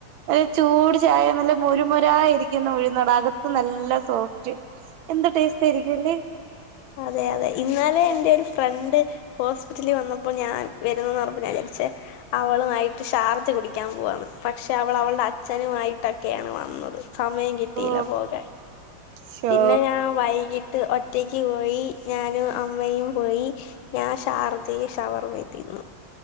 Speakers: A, on the right (about 80°); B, on the left (about 80°).
A: ഒരു ചൂട് ചായ നല്ല മുരുമൊര ഇരിക്കുന്ന ഉഴുന്നട അകത്ത് നല്ല സോഫ്റ്റ്. എന്ത് ടേസ്റ്റായിരിക്കുംല്ലേ.
B: അതെയതെ. ഇന്നലെ എന്റൊരു ഫ്രണ്ട് ഹോസ്പിറ്റലി വന്നപ്പം ഞാൻ വരുന്നന്ന് പറഞ്ഞപ്പൊ ഞാൻ വിചാരിച്ചേ അവളുവായിട്ട് ഷാർജ കുടിക്കാൻ പോവാന്ന് പക്ഷെ അവള് അവളുടെ അച്ഛനുമായിട്ടൊക്കെയാണ് വന്നത്. സമയം കിട്ടിയില്ല
A: ഓ
B: പോകാൻ.
A: ശോ
B: പിന്നെ ഞാൻ വൈകിട്ട് ഒറ്റക്ക് പോയി ഞാനും അമ്മയും പോയി. ഞാൻ ഷാർജെയും ഷവർമെ യും തിന്ന്.